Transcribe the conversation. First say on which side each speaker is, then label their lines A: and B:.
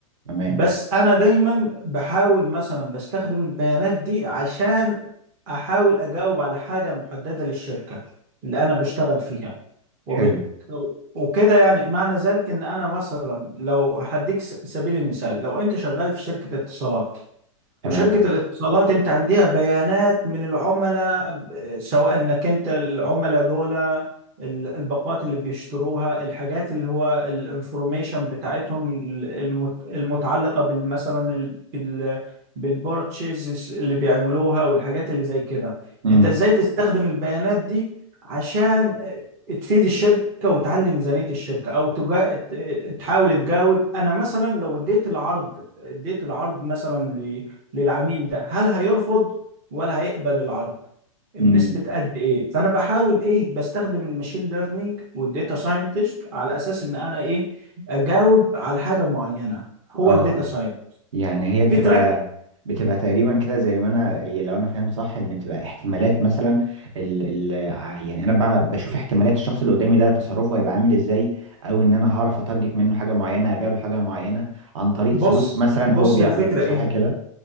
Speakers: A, on the right; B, on the right.
A: تمام
B: بس انا دايما بحاول مثلا بستخدم البيانات دي عشان احاول اجاوب على حاجه محدده للشركه اللي انا بشتغل فيها وبت...
A: حلو
B: وكده يعني معنى ذلك ان انا مثلا لو هديك س- سبيل المثال لو انت شغال في شركه اتصالات
A: تمام
B: وشركة الاتصالات انت عندها بيانات من العملاء ب- سواء انك انت العملاء دول ال- الباقات اللي بيشتروها الحاجات اللي هو الانفورميشن بتاعتهم ال- المت- المتعلقة بال- مثلا ال- بال بالبورتشيز اللي بيعملوها والحاجات اللي زي كده
A: امم
B: انت ازاي تستخدم البيانات دي عشان تفيد الشركة وتعلي ميزانية الشركة او تجا... ت- تحاول تجاوب انا مثلا لو اديت العرض اديت العرض مثلا للعميل ده هل هيرفض ولا هيقبل العرض بنسبة
A: امم
B: قد ايه فانا بحاول ايه بستخدم الماشين ليرنينج والديتا ساينتست على اساس ان انا ايه اجاوب على حاجة معينة هو
A: اه
B: الداتا ساينت
A: يعني هي بتبقى
B: في تراك
A: بتبقى تقريبا كده زي ما انا هي لو انا فاهم صح ان بتبقى احتمالات مثلا ال ال ع- يعني انا بقى بشوف احتمالات الشخص اللي قدامي ده تصرفه هيبقى عامل ازاي او ان انا هعرف اتارجت منه حاجه معينه ابيع له حاجه معينه عن طريق
B: بص
A: سلوك مثلا
B: بص
A: هو بيعمله
B: الفكرة
A: صح
B: ايه
A: كده